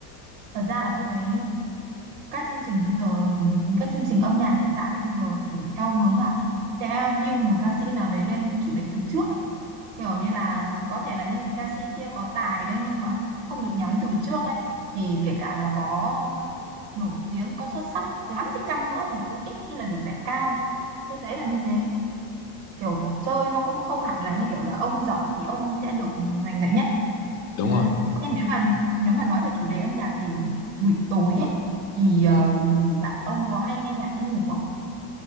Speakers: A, on the right; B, on the left.
A: Thật ra là tôi thấy các chương trình bây giờ, các chương trình âm nhạc hiện tại bây giờ thì theo hướng là sẽ build một ca sĩ nào đấy lên chủ đích từ trước ấy. Kiểu như là có thể là những cái ca sĩ kia có tài đấy nhưng mà không được nhắm từ trước ấy. Thì kể cả là có nổi tiếng, có xuất sắc lắm đi chăng nữa thì cũng ít khi là được giải cao. Tôi thấy là như thế kiểu cuộc chơi nó cũng không hẳn là như kiểu là ông giỏi thì ông sẽ được giành giải nhất ấy.
B: đúng
A: Đấy.
B: rồi
A: Thế nếu mà nếu mà nói về chủ đề âm nhạc thì buổi tối ấy, thì ờ,
B: ừ.
A: bạn ông có hay nghe nhạc đi ngủ không?